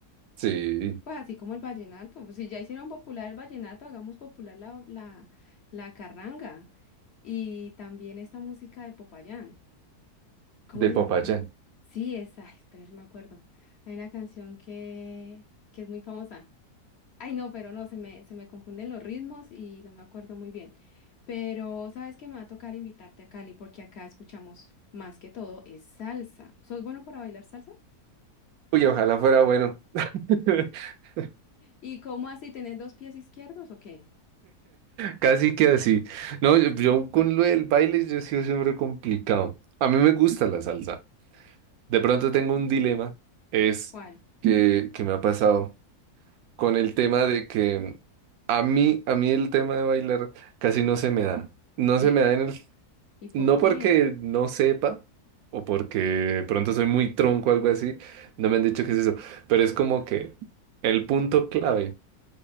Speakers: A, on the right; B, on the left.
A: Sí,
B: Pues así como el vallenato, pues si ya hicieron popular el vallenato, hagamos popular la, la, la carranga y también esta música de Popayán. ¿Cómo
A: de
B: se
A: Popayán.
B: llama esa? mu- Sí, esa, espera, yo me acuerdo. Hay una canción que, que es muy famosa. Ay, no, pero no, se me, se me confunden los ritmos y no me acuerdo muy bien. Pero sabes que me va a tocar invitarte a Cali porque acá escuchamos más que todo es salsa. ¿Sos bueno para bailar salsa?
A: Uy, ojalá fuera bueno. <laughs>
B: ¿Y cómo así? ¿Tenés dos pies izquierdos o qué?
A: Casi que así. No, yo, yo con lo del baile yo he sido siempre complicado. A mí me gusta la salsa. De pronto tengo un dilema, es
B: ¿Cuál?
A: <laughs> que, que me ha pasado. con el tema de que a mí, a mí el tema de bailar casi no se me da. No
B: ¿Y,
A: se me da en el,
B: y por
A: no
B: qué?
A: porque no sepa o porque de pronto soy muy tronco o algo así, no me han dicho qué es eso, pero es como que el punto clave